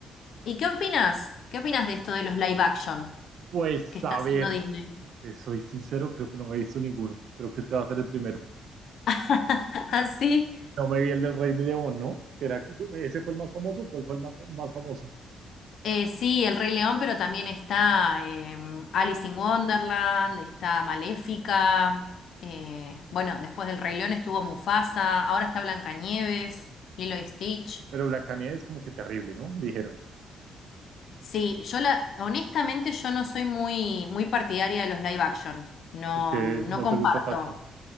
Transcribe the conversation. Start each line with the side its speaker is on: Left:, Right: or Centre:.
Left: ¿Y qué opinas? ¿Qué opinas de esto de los live action
Right: Pues
Left: que está
Right: a
Left: haciendo
Right: ver,
Left: Disney?
Right: te soy sincero, creo que no me he visto ninguno. Creo que este va a ser el primero.
Left: <laughs> Así.
Right: No me vi el del Rey de León, ¿no? Que era, ese fue el más famoso, ¿cuál fue el más, más famoso?
Left: Eh, sí, El Rey León, pero también está eh, Alice in Wonderland, está Maléfica. eh, bueno, después del Rey León estuvo Mufasa, ahora está Blancanieves, Lilo y Stitch.
Right: Pero Blancanieves es como que terrible, ¿no? Dijeron,
Left: Sí, yo la, honestamente yo no soy muy, muy partidaria de los live action. No,
Right: que
Left: mm,
Right: no
Left: no comparto.
Right: te gusta tanto.